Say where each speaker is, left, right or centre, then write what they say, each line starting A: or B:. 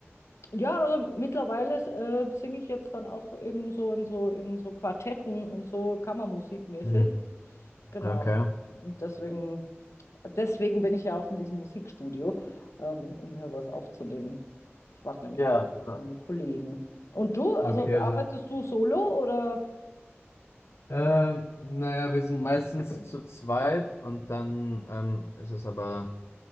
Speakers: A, on the left; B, on the left.
A: Ja, also mittlerweile äh, singe ich jetzt dann auch eben so in so in so Quartetten und so Kammermusikmäßig.
B: Mhm.
A: Genau.
B: Okay.
A: Und deswegen, deswegen bin ich ja auch in diesem Musikstudio, ähm, um hier was aufzunehmen. Ich warte nämlich
B: Ja,
A: gerade auf
B: ah,
A: meine Kollegen. Und du, also
B: okay,
A: arbeitest
B: also,
A: du solo oder?
B: äh, Naja, wir sind meistens zu zweit und dann ähm, ist es aber